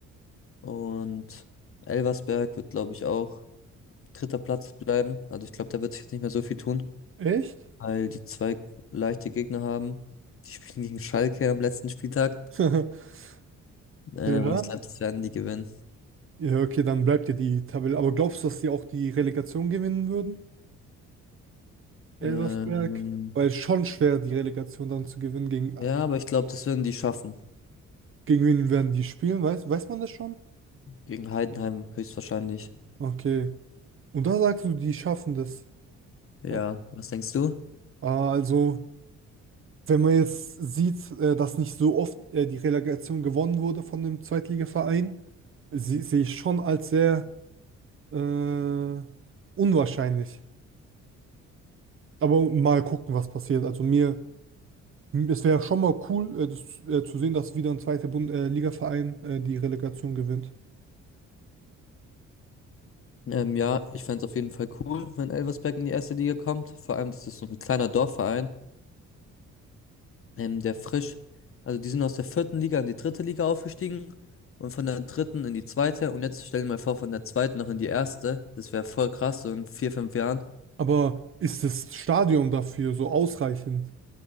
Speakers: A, on the left; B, on the right.
A: Und Elversberg wird, glaube ich, auch dritter Platz bleiben. Also ich glaube, da wird sich jetzt nicht mehr so viel tun,
B: Echt?
A: weil die zwei leichte Gegner haben. Die spielen gegen Schalke am letzten Spieltag.
B: <laughs>
A: Ähm,
B: Ja.
A: und ich glaube, das werden die gewinnen.
B: Ja, okay, dann bleibt ja die Tabelle. Aber glaubst du, dass sie auch die Relegation gewinnen würden? Elversberg?
A: Ähm,
B: Weil es schon schwer, die Relegation dann zu gewinnen gegen.
A: ja, aber ich glaube, das werden die schaffen.
B: Gegen wen werden die spielen? Weiß, weiß man das schon?
A: Gegen Heidenheim höchstwahrscheinlich.
B: Okay. Und da sagst du, die schaffen das.
A: Ja,
B: Oh.
A: was denkst du?
B: Ah, Also, wenn man jetzt sieht, äh, dass nicht so oft äh, die Relegation gewonnen wurde von dem Zweitligaverein, sie- sehe ich schon als sehr äh, unwahrscheinlich. Aber mal gucken, was passiert. Also mir, m- es wäre schon mal cool, äh, das, äh, zu sehen, dass wieder ein zweiter Bund äh, Ligaverein äh, die Relegation gewinnt.
A: Ähm, ja, ich fänd's auf jeden Fall cool, wenn Elversberg in die erste Liga kommt. Vor allem, das ist so ein kleiner Dorfverein, ähm, der frisch, also die sind aus der vierten Liga in die dritte Liga aufgestiegen und von der dritten in die zweite und jetzt stellen wir mal vor, von der zweiten noch in die erste. Das wäre voll krass, so in vier, fünf Jahren.
B: Aber ist das Stadion dafür so ausreichend?